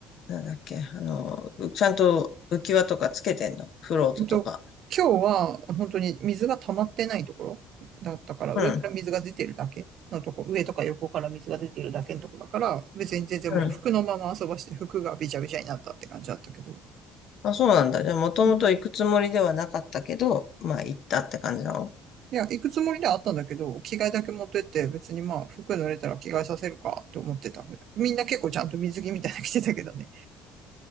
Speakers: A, on the left; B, on the right.
A: なんだっけ、あの、うちゃんと浮き輪とかつけてんのフロートとか。
B: えっと、今日は本当に水が溜まってないところだったから、
A: うん。
B: 上から水が出てるだけのとこ、上とか横から水が出てるだけのとこだから、別に全然もう服のまま遊ばして服がびちゃびちゃになったって感じだったけど。
A: うん。あ、そうなんだ。じゃあ、もともと行くつもりではなかったけど、
B: うん
A: まあ、行ったって感じなの
B: いや、行くつもりではあったんだけど、着替えだけ持ってって、別にまあ、服濡れたら着替えさせるかと思ってたぐらい。みんな結構ちゃんと水着みたいなの着てたけどね。